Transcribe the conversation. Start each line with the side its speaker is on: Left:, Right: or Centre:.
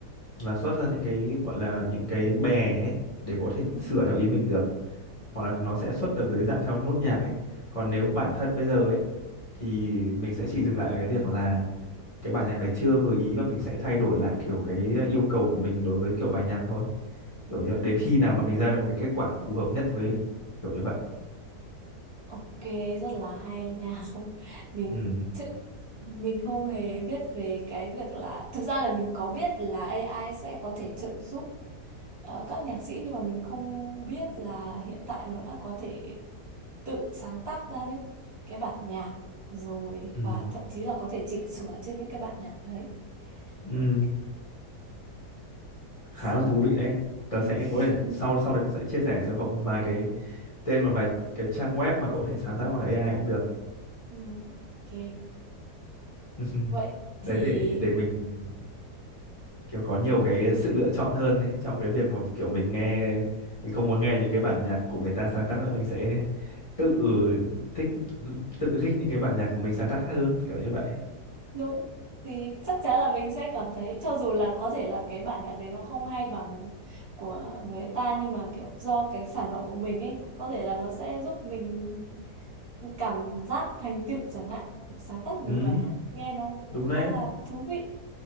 Left: là xuất ra những cái gọi là những cái bè ấy, để có thể
Right: Ừ.
Left: sửa theo ý mình được hoặc là nó sẽ xuất được dưới dạng theo nốt nhạc ấy còn nếu bản thân bây giờ ấy thì mình sẽ chỉ dừng lại ở cái việc là cái bản nhạc đấy chưa vừa ý và mình sẽ thay đổi lại kiểu cái yêu cầu của mình đối với kiểu bài nhạc thôi
Right: Ừ.
Left: kiểu như vậy đến khi nào mà mình ra được một cái kết quả phù hợp nhất với mình kiểu như vậy
Right: ok rất là hay nha <laughs> không mình
Left: ừ,
Right: thực mình không hề biết về cái việc là thực ra là mình có biết là AI sẽ có thể trợ giúp ờ, các nhạc sĩ nhưng mà mình không biết là hiện tại nó đã có thể tự sáng tác ra những cái bản nhạc rồi
Left: ừ,
Right: và thậm chí là có thể chỉnh sửa trên những cái bản nhạc đấy
Left: ừ.
Right: ok
Left: khá
Right: xong
Left: là thú vị đấy tớ
Right: <laughs>
Left: sẽ có thể sau sau đây tôi sẽ chia sẻ cho cậu một vài cái tên và vài cái trang web mà cậu có thể sáng tác bằng AI cũng được
Right: Ừ, Ok.
Left: <laughs>
Right: Vậy thì
Left: đấy để để mình kiểu có nhiều cái sự lựa chọn hơn đấy trong cái việc mà kiểu mình nghe mình không muốn nghe những cái bản nhạc của người ta sáng tác nữa mình sẽ tự thích tự thích những cái bản nhạc của mình sáng tác hơn kiểu như vậy
Right: đúng thì chắc chắn là mình sẽ cảm thấy cho dù là có thể là cái bản nhạc đấy nó không hay bằng của người ta nhưng mà kiểu do cái sản phẩm của mình ấy có thể là nó sẽ giúp mình cảm giác thành tựu chẳng hạn sáng tác một
Left: ừ
Right: bài hát nghe nó cũng
Left: đúng
Right: khá
Left: đấy
Right: là thú vị